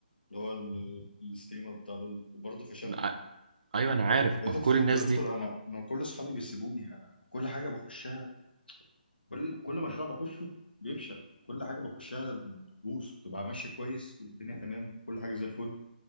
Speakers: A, on the left (about 80°); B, on the right (about 50°).
A: اللي هو ال- الستريمر بتاع لول وبرضه فشلت
B: ع- ايوه انا عارف
A: يا
B: ما
A: دكتور
B: هو كل الناس
A: يا دكتور
B: دي
A: أنا أنا كل أصحابي بيسيبوني أنا أنا كل حاجة بخشها كل كل مشروع بخشه بيفشل كل حاجة بخشها بتبوظ بتبقى ماشية كويس والدنيا تمام كل حاجة زي الفل